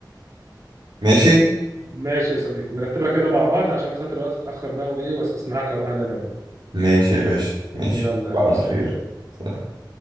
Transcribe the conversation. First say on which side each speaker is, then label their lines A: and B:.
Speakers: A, on the right; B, on the right.
A: ماشي
B: ماشي يا صديقي نرتبها كده مع بعض عشان خاطر الوقت اتاخر بقى وايه واستسمحك اروح انام انا
A: ماشي يا باشا ماشي
B: يلا يا حبيبي
A: على خير
B: سلام
A: سلام.